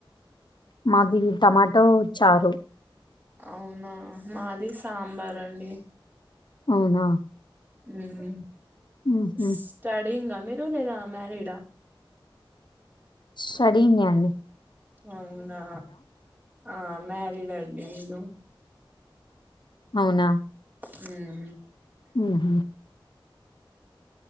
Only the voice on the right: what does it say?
అవునా మాది సాంబార్ అండి.
ఉమ్
స్టడింగ మీ రూమ్ లేద మ్యారీడ్ ఆ
అవునా ఆ మ్యారిడ్ అండి ను
హ్మ్